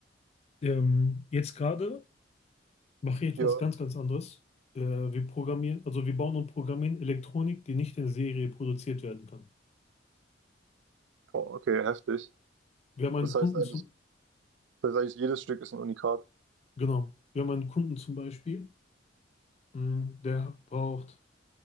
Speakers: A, on the left; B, on the right.
A: Ähm, jetzt gerade mache ich etwas
B: Ja,
A: ganz, ganz anderes. Äh, wir programmieren, also wir bauen und programmieren Elektronik, die nicht in Serie produziert werden kann.
B: boah, okay, heftig.
A: Wir haben einen
B: Das
A: Kunden,
B: heißt eigentlich,
A: zum,
B: das heißt eigentlich jedes Stück ist ein Unikat.
A: Genau. Wir haben einen Kunden zum Beispiel, mh, der braucht